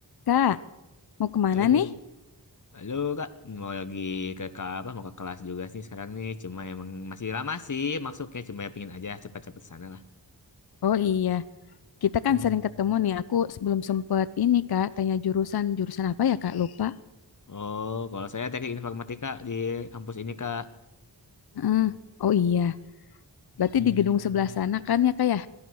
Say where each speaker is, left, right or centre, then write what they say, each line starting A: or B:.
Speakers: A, on the left; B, on the left.
A: Kak, mau kemana
B: Hal-
A: nih?
B: Halo kak, mau lagi ke, ke apa? Mau ke kelas juga sih sekarang nih. Cuma emang masih lama sih maksudnya. Cuma ya pingin aja cepat-cepat sana lah.
A: Oh iya, kita kan
B: Hmm.
A: sering ketemu nih. Aku sebelum sempet ini Kak, tanya jurusan. Jurusan apa ya Kak? Lupa.
B: Oh, kalau saya teknik informatika di kampus ini kak.
A: Heeh. Oh iya, berarti
B: Hmm.
A: di gedung sebelah sana kan ya Kak ya?